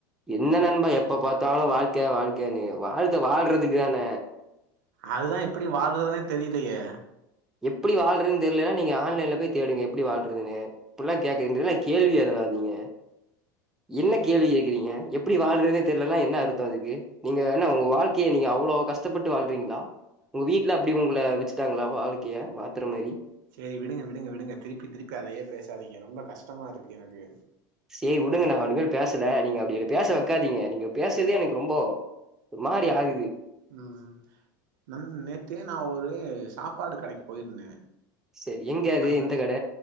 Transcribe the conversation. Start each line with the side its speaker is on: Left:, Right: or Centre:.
Centre: என்ன நண்பா எப்ப பாத்தாலு வாழ்க்க வாழ்க்கனு வாழ்க்க வாழ்றதுக்குதான
Right: அதுதா எப்பிடி வாழ்றதுனே தெரியலயே
Centre: எப்பிடி வாழ்றதுன்னு தெரியிலன்னா நீங்க ஆன்லைன்ல போய் தேடுங்க எப்பிடி வாழ்றதுன்னு இப்படிலா கேக்குறேன்ட்டு என்ன கேள்வி கேக்காதீங்க என்ன கேள்வி கே றீங்க எப்பிடி வாழ்றதுனே தெர்லன்னா என்ன அர்த்தோ அதுக்கு நீங்க என்ன உங்க வாழ்க்கைய நீங்க அவ்ளோ கஷ்டப்பட்டு வாழ்றீங்களா உங்க வீட்ல அப்டி உங்கள வெச்சுட்டாங்களா வாழ்க்கைய மாத்துற மாரி
Right: சேரி விடுங்க விடுங்க விடுங்க திருப்பி திருப்பி அதையே பேசாதீங்க ரொம்ப கஷ்டமா இருக்கு எனக்கு
Centre: சேரி உடுங்க நா இனிமேல் பேசல நீங்க அப்டி என்ன பேச வைக்காதீங்க நீங்க பேசறதே எனக்கு ரொம்ப ஒரு மாரி ஆகுது
Right: ம் ம் நண் நேத்து நா ஒரு சாப்பாடு கடைக்கு போயிருந்தே
Centre: சரி எங்க அது
Right: அந்த
Centre: எந்த கட